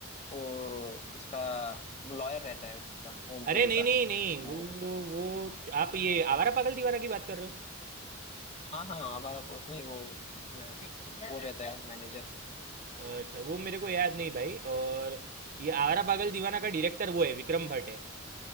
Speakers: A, on the left (about 30°); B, on the right (about 40°).
A: वो उसका वो लॉयर रहता है उसका ओमपुरी
B: अरे नहीं
A: का
B: नहीं नहीं
A: उस मूवी
B: वो वो आप ये आवारा पागल दीवाना की बात कर रहे
A: हाँ हाँ आप, आप उसमें ही वो मैं वो रहता है मैनेजर
B: हो अच्छा वो मेरे को याद नहीं भाई और ये आवारा पागल दीवाना का डायरेक्टर वो है विक्रम भट्ट है